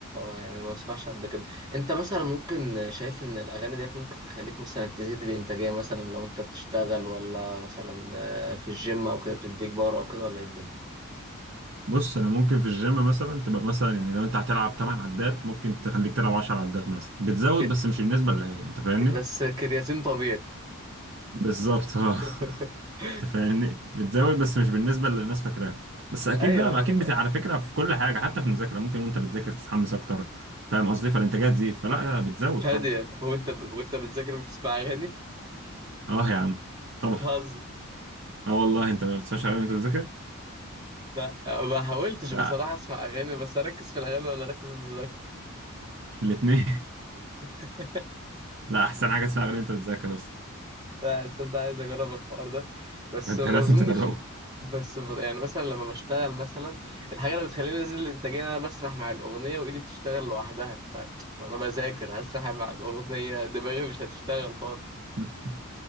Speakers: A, on the right; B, on the right.
A: يعني ما اسمعش قد كده انت مثلا ممكن شايف ان الاغاني ديت ممكن تخليك مثلا تزيد الانتاجية مثلا لو انت بتشتغل ولا مثلا آه، في الجيم او كده بتديك باور او كده ولا ايه الدنيا
B: بص انا ممكن في الجيم مثلا تبقى مثلا يعني لو انت هتلعب 8 عدات ممكن تخليك تلعب 10 عدات مثلا بتزود
A: ك...
B: بس مش النسبه اللي هي انت فاهمني
A: ك- بس كرياتين طبيعي
B: بالظبط اه
A: <laughs>
B: <laughs> انت فاهمني بتزود بس مش بالنسبه اللي الناس فاكراها بس اكيد
A: ايوه
B: لا
A: ايوه
B: اكيد
A: انا فاهم
B: بت... على فكره في كل حاجه حتى في المذاكره ممكن وانت بتذاكر تتحمس اكتر فاهم قصدي فالانتاجيه تزيد فلا بتزود
A: ثانية
B: طبعا
A: هو انت ب... وانت بتذاكر بتسمع اغاني؟
B: اه يا عم طبعا
A: بتهزر
B: اه والله انت ما بتسمعش غير وانت بتذاكر
A: لا ما حاولتش
B: لا
A: بصراحة اسمع اغاني بس اركز في الاغاني ولا اركز في المذاكرة
B: الاثنين <laughs>
A: <laughs>
B: لا احسن حاجه تسمع غير وانت بتذاكر اصلا
A: لا تصدق عايز اجرب الحوار ده بس
B: انت
A: ما
B: لازم
A: اظنش
B: تجربه
A: بس ب- يعني مثلا لما بشتغل مثلا الحاجة اللي بتخليني انزل الانتاجية إن انا بسرح مع الاغنية وايدي بتشتغل لوحدها ف... وانا بذاكر هسرح مع الاغنية دماغي مش هتشتغل خالص
B: <laughs>